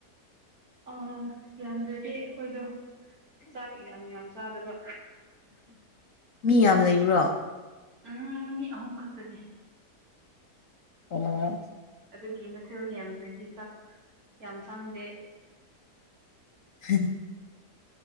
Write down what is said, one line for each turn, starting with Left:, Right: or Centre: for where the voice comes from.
Right: ꯑ ꯌꯥꯝꯗ꯭ꯔꯗꯤ ꯑꯩꯈꯣꯏꯗꯣ ꯆꯥꯛ ꯌꯥꯝ ꯌꯥꯝ ꯆꯥꯗꯕ
Left: ꯃꯤ ꯌꯥꯝ ꯂꯩꯕ꯭ꯔꯣ
Right: ꯎꯝ ꯃꯤ ꯑꯍꯨꯝ ꯈꯛꯇꯅꯤ
Left: ꯑꯣ <unintelligible> <inaudible>
Right: ꯑꯗꯨꯒꯤ ꯃꯊꯦꯜ ꯌꯥꯝꯗ꯭ꯔꯗꯤ ꯆꯥꯛ ꯌꯥꯝ ꯆꯥꯡꯗꯦ
Left: ꯍꯝ <inaudible>